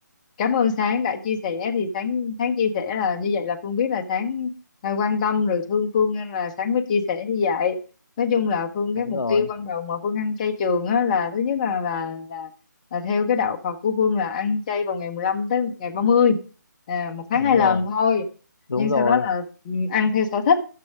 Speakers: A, on the left; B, on the left.
A: cảm ơn Sáng đã chia sẻ thì Sáng Sáng chia sẻ là như vậy là Phương biết là Sáng à, quan tâm rồi thương Phương nên là Sáng mới chia sẻ như vậy nói chung là Phương cái
B: đúng
A: mục
B: rồi
A: tiêu ban đầu mà Phương ăn chay trường á là thứ nhất là là là, là theo cái đạo Phật của Phương là ăn chay vào ngày 15 tới ngày 30 à, một tháng
B: đúng
A: hai lần
B: rồi
A: thôi
B: đúng
A: nhưng sau
B: rồi
A: đó là ừ, ăn theo sở thích